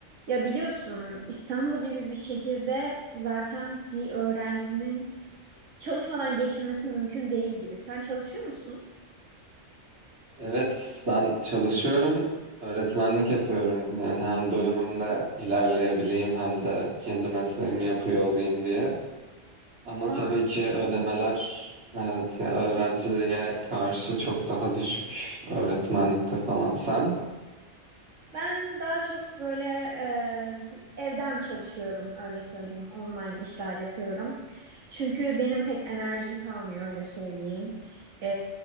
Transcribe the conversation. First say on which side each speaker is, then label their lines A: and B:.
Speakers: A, on the right; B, on the right.
A: Ya biliyorsun İstanbul gibi bir şehirde zaten bir öğrencinin çalışmadan geçinmesi mümkün değil gibi. Sen çalışıyor musun?
B: Evet, ben çalışıyorum, öğretmenlik yapıyorum. Yani hem bölümümde ilerleyebileyim hem de kendi mesleğimi yapıyor olayım diye. Ama
A: Aa,
B: tabii ki ödemeler, evet, ya öğrenciye karşı çok daha düşük öğretmenlikte falan. Sen?
A: ben daha çok böyle e, evden çalışıyorum öyle söyleyeyim. Online işler yapıyorum. Çünkü benim pek enerjim kalmıyor öyle söyleyeyim. E,